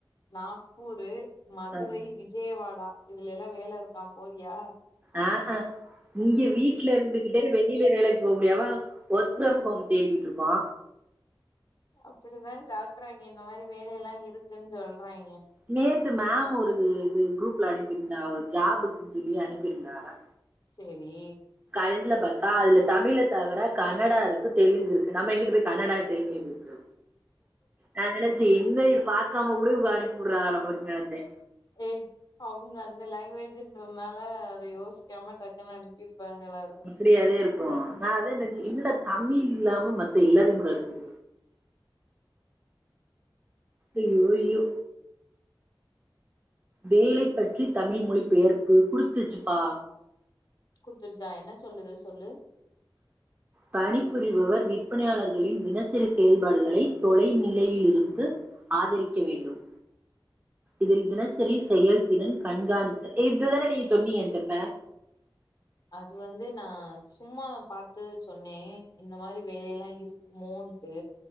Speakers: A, on the left (about 50°); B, on the right (about 20°).
A: நாக்பூரு மதுரை
B: ஆ
A: விஜயவாடா இதுல எல்லா வேல இருக்கா போறியா
B: ஆ ஹ இங்க வீட்ல இருந்துகிட்டே வெளில வேலைக்கு இப்ப வெளியில போக முடியாம வொர்க் ஃப்ரம் ஹோம் தேடிக்கிட்டு இருக்கோ
A: அப்டிதா காட்றாங்க இந்த மாதிரி வேலையெல்லா இருக்குன்னு சொல்றே ற்றாங்க
B: நேத்து மேம் ஒரு இது குரூப்ல அனுப்பிருந்தாக ஒரு ஜாப்புக்கு சொல்லி அனுப்பிருந்தாக
A: சேரி
B: கடைசில பாத்தா அதுல தமிழ தவிர கன்னடா இருக்கு தெலுங்கு இருக்கு நம்ம எங்குட்டு போய் கன்னடா இருக்கு தெலுங்கையு பேசுவே நா நெனச் என்ன இது பாக்காம கூட இவுங்க அனுப்பி விடுறாங்க நம்மளுக்கு நினைச்சே
A: ஏ அவுங்க அந்த லாங்குவேஜ்ன்றதுனால அத யோசிக்காம டக்குன்னு அனுப்பிரு ப்பாங்கல்லா இருக்கு
B: இப்படியாதே இருக்கு நா அதா நெனச்சே என்னடா தமிழ் இல்லாம மத்த எல்லத்தையு கூட இருக்கு அய்யோ அய்யோ வேலை பற்றி தமிழ் மொழி பெயர்ப்பு குடுத்துருச்சுப்பா
A: குடுத்துருச்சா என்ன சொல்லுது சொல்லு
B: பணிபுரிபவர் விற்பனையாளர்களின் தினசரி செயல்பாடுகளை தொலைநிலையிலிருந்து ஆதரிக்க வேண்டும் இதில் தினசரி செயல்திறன் கண்காணித்தல் இதுதானே நீங்க சொன்னீங்க என்ட இப்ப
A: அது வந்து நா சும்மா பாத்து சொன்னே இந்த மாதிரி வேலை எல்லா இருக்குமோன்ட்டு